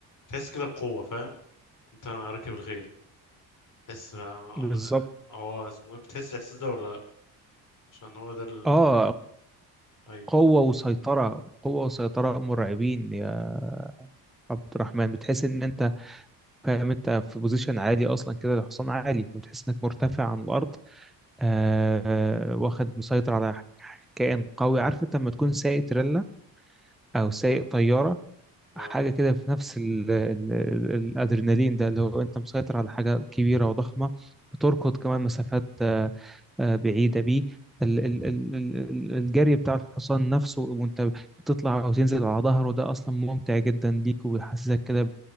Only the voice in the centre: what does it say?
بالظبط
اه
قوة وسيطرة قوة وسيطرة مرعبين يا عبد الرحمن بتحس ان انت فاهم انت في بوزيشن عالي اصلا كده الحصان عالي فبتحس انك مرتفع عن الارض آه واخد مسيطر على كائن قوي عارف انت لما تكون سايق تريلا او سايق
طيارة
حاجة كده في نفس ال ال ال الأدرينالين ده اللي هو أنت مسيطر على حاجة كبيرة وضخمة بتركض كمان مسافات آه، آه، بعيدة بيه ال- ال- ال- ال- ال- الجري بتاع الحصان نفسه وأنت بتطلع أو تنزل على ظهره ده أصلا ممتع جدا ليك وبيحسسك كده